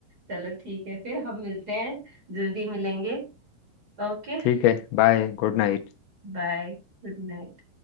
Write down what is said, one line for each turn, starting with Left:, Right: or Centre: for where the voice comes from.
Right: चलो ठीक है फिर हम मिलते हैं जल्दी मिलेंगे ओके
Left: ठीक है Bye good night
Right: Bye good night